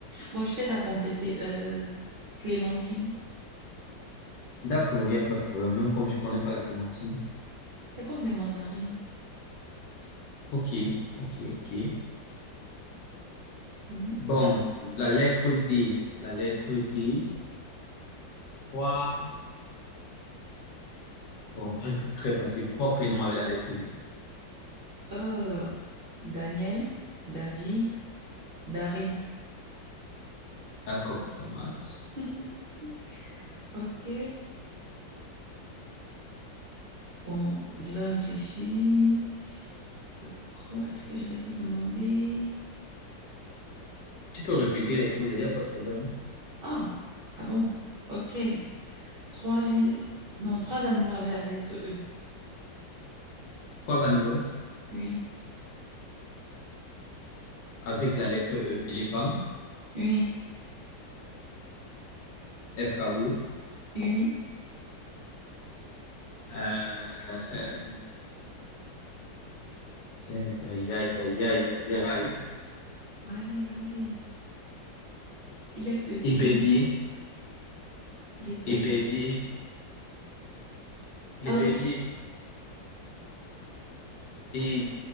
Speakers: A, on the right; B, on the left.
A: Bon, je t'aide à compléter. Euh, clémentine.
B: d'accord, il a pas de problème, même comme je connais pas la clémentine.
A: C'est comme des mandarines.
B: Ok, ok, ok.
A: Mhm.
B: Bon,
A: Pour
B: la lettre D, la lettre D, trois, bon, un truc très facile, trois prénoms avec la lettre D.
A: euh, Daniel, David, Daryl.
B: D'accord, ça marche.
A: <laughs> Ok. Bon, je dois réfléchir. À quoi est-ce que je vais te demander?
B: Tu peux répéter les choses, il n'y a pas de problème.
A: Ah, ah bon. Ok. Trois villes. Non, trois animaux avec la lettre E.
B: Trois animaux
A: Oui,
B: avec la lettre E, éléphant,
A: oui,
B: escargot,
A: oui.
B: euh, aïe, aïe, aïe, aïe, aïe, aïe, aïe,
A: Vas-y, vas-y. Il est petit.
B: épervier,
A: L'épervier.
B: épervier L'épervier,
A: Ah oui.
B: oui. Et,